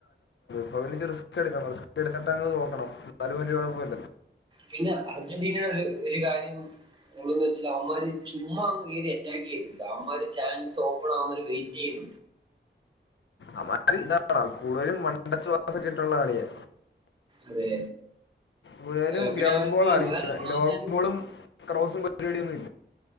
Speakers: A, on the left (about 70°); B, on the right (about 25°).
A: <unintelligible> <unintelligible> അപ്പോൾ എനിക്ക് റിസ്ക് എടുക്കണം റിസ്ക് എടുത്തിട്ട്ങ് തോക്കണം എന്നാലും വലിയ കുഴപ്പമില്ല.
B: പിന്നെ അർജന്റീന ഒരു ഒരു കാര്യം സ്കൂളന്ന് വച്ചാൽ അവന്മാര് ചുമ്മാന്ന് കയറി അറ്റാക്ക് ചെയ്തിട്ടണ്ട് അവമാര് ചാൻസ് ഓപ്പൺ ആവുന്നവര് വെയിറ്റ് ചെയും
A: അമാര് ഇതാണ കൂടുതലും മണ്ടച്ചുവാസക്ക ഇട്ടുള്ള ആളിയെ.
B: അതെ
A: മുഴലും
B: ഏഹ് പിന്നെ
A: ഗ്രൗണ്ട്
B: അവർക്ക്
A: ബോൾ ആണ
B: വേറെ ഗുണം
A: ഗൗബോളും.
B: വെച്ചാൽ
A: ക്രോസും പരിപാടിയന്നുംമില്ല.